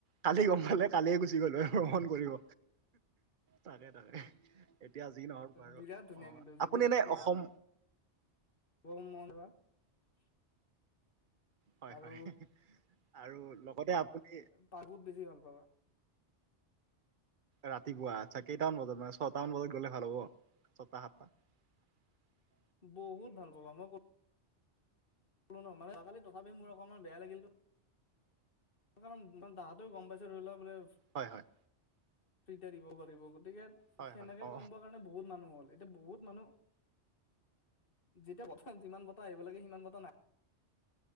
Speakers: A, on the right; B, on the left.
A: কালি গম পালে কালিয় গুচি গ'লো আৰু ভ্ৰমণ কৰি কৰিব। তাকে তাকে এতিয়া যি নহওক বাৰু
B: বিৰাট ধুনীয়া
A: অ
B: কিন্তু যদি
A: আপুনি এনে অসম
B: যাব <unintelligible>
A: হয়
B: আৰু
A: হয় আৰু লগতে আপুনি
B: পাকুত বেছি ভাল পাবা।
A: ৰাতিপুৱা আচ্ছা কেইটামান বজাত মানে ছয়ট মান বজাত গ'লে ভাল হ'ব ছটা সাতটা? <inaudible>
B: বহুত ভাল পাবা মই কৰ ন মানে তাকালি তথাপি মোৰ অকণমান বেয়া লাগিল কাৰণ তহঁতেও গম পাইছে ধৰি লোৱা বোলে
A: হয় হয়।
B: এটিয়া দিব পাৰিব গতিকে
A: হয়
B: সেনেকে
A: হয় অ
B: গম পোৱা কাৰণে বহুত মানুহ হ'ল। এতিয়া বহুত মানুহ যেতিয়া প্ৰথম যিমান বটা আহিব লাগে সিমান বটাহ নাই